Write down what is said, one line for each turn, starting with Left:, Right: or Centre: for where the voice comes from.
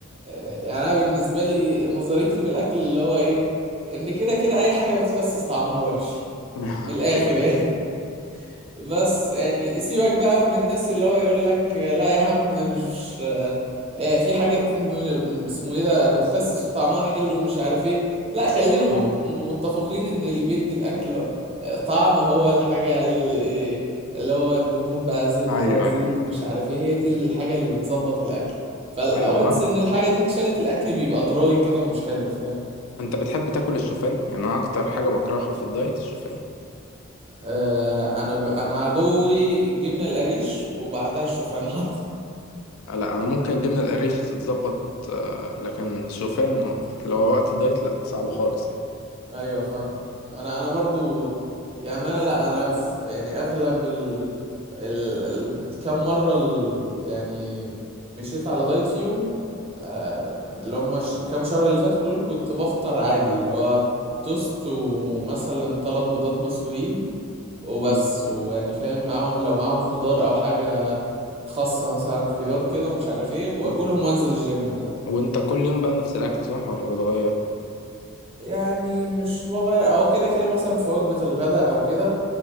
Right: آه، يعني انا بالنسبه لي نظريتي في الاكل اللي هو ايه ان كده كده اي حاجه بتخسس طعمها وحش
Left: <laughs>
Right: من الاخر
Left: أيوه
Right: يعني بس يعني سيبك بقى من الناس اللي هو يقول لك لا يا عم مش يعني في حاجات م- اسمه ايه ده بتخسس وطعمها حلو ومش عارف ايه لا خلينا مت-
Left: مم.
Right: متفقين ان اللي بيدي الاكل طعم هو الحاجة ال- اللي هو الدهون بقى زبدة
Left: أيوه
Right: زيت
Left: أيوه
Right: مش عارف ايه هي دي الحاجة اللي بتظبط الاكل فالوانس
Left: أيوه أنا
Right: ان الحاجة دي اتشالت الاكل بيبقى دراي كده ومش حلو فاهم
Left: أنت بتحب تاكل الشوفان يعني أنا أكتر حاجة بكرهها في الدايت الشوفان
Right: آه انا ب... انا عدوي الجبنة القريش وبعدها الشوفان <laughs>
Left: لا انا ممكن الجبنه القريش تتظبط آه، لكن شوفان لو وقت الدايت لا صعب خالص يعني
Right: ايوه فاهمه انا انا برضو يعني انا لا انا في يعني اغلب ال... ال... ال... الكام مره ال... يعني مشيت على دايت فيهم آه... اللي هم ش... كام شهر اللي فاتوا دول كنت بفطر عادي اللي هو توست ومثلا ثلاث بيضات مسلوقين وبس
Left: مم.
Right: ويعني فاهم معاهم لو معاهم خضار او حاجه خس مثلا خيار كده ومش عارف ايه واكلهم
Left: مم.
Right: وانزل الجيم عادي
Left: وانت كل يوم بقى نفس الاكل صح ولا بتغير
Right: يعني مش بغير هو كده كده مثلا في وجبة الغداء أو كده